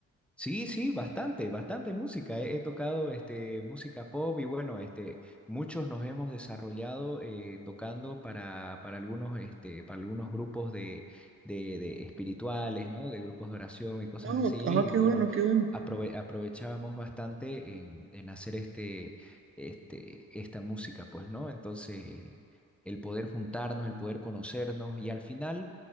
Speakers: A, in the centre; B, on the right (about 45°).
A: Sí, sí, bastante, bastante música. He, he tocado este, música pop y bueno, este, muchos nos hemos desarrollado eh, tocando para, para algunos, este, para algunos grupos de, de, de espirituales, ¿no? De grupos de oración y cosas
B: Oh,
A: así.
B: ah, qué
A: Y bueno,
B: bueno, qué bueno.
A: aprove- aprovechábamos bastante en, en hacer este, este, esta música, pues, ¿no? Entonces, eh, el poder juntarnos, el poder conocernos y al final